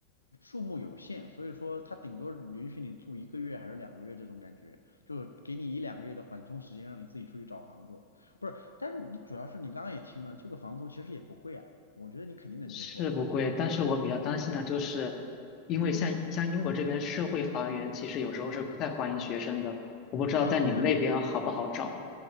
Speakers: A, on the left; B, on the left.
A: 数目有限，所以说它顶多允许你住一个月还是两个月这种感觉，就给你一两个月的缓冲时间，让你自己出去找房子。不是，但是你主要是你刚刚也听了，这个房租其实也不贵啊，我觉得你肯定能接受啊。
B: 是不贵，但是我比较担心的就是，
A: 嗯
B: 因为像像英国这边社会房源其实有时候是不太欢迎学生的，
A: 嗯
B: 我不知道在你们那边好不好找。
A: 啊，不会不会。